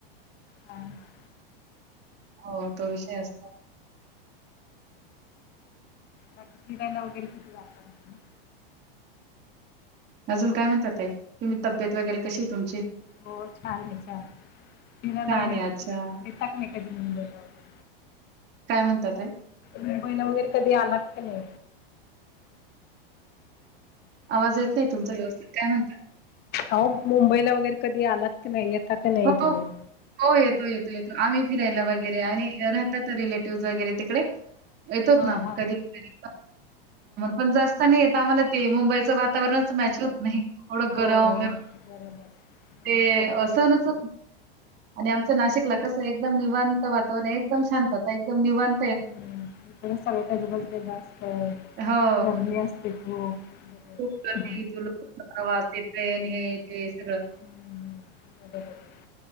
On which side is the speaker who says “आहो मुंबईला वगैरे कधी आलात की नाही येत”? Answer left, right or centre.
Left